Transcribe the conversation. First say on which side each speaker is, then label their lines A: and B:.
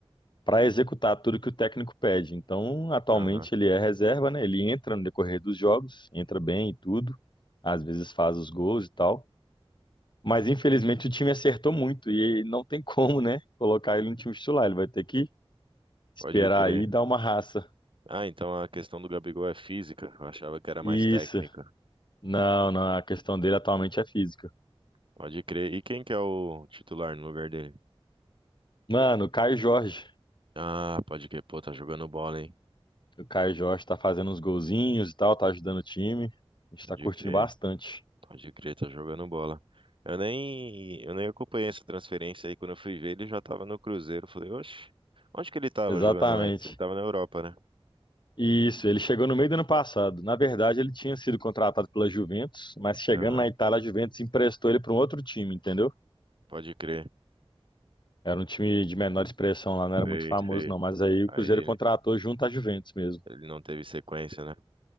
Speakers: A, on the left; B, on the right.
A: para executar tudo que o técnico pede. Então, atualmente
B: Aham.
A: ele é reserva, né? Ele entra no decorrer dos jogos, entra bem e tudo, às vezes faz os gols e tal. Mas infelizmente o time acertou muito e não tem como, né, colocar ele no time titular. Ele vai ter que esperar
B: Pode crer.
A: aí e dar uma raça.
B: Ah, então a questão do Gabigol é física. Eu achava que era mais
A: Isso.
B: técnica.
A: Não, não, a questão dele atualmente é física.
B: Pode crer. E quem que é o titular no lugar dele?
A: Mano, o Caio Jorge.
B: Ah, pode crer. Pô, tá jogando bola, hein?
A: O Caio Jorge tá fazendo uns golzinhos e tal, tá ajudando o time. A gente
B: Pode
A: tá curtindo
B: crer.
A: bastante.
B: Pode crer, tá jogando bola. Eu nem, eu nem acompanhei essa transferência aí. Quando eu fui ver, ele já tava no Cruzeiro. Eu Falei, oxe, onde que ele tava
A: Exatamente.
B: jogando antes? Ele tava na Europa, né?
A: E Isso, ele chegou no meio do ano passado. Na verdade, ele tinha sido contratado pela Juventus, mas chegando
B: Aham,
A: na Itália, a Juventus emprestou ele para um outro time, entendeu?
B: pode crer.
A: Era um time de menor expressão lá, não
B: Sei,
A: era muito famoso,
B: sei.
A: não. Mas aí o
B: Aí
A: Cruzeiro
B: ele
A: contratou junto à Juventus mesmo.
B: ele não teve sequência, né?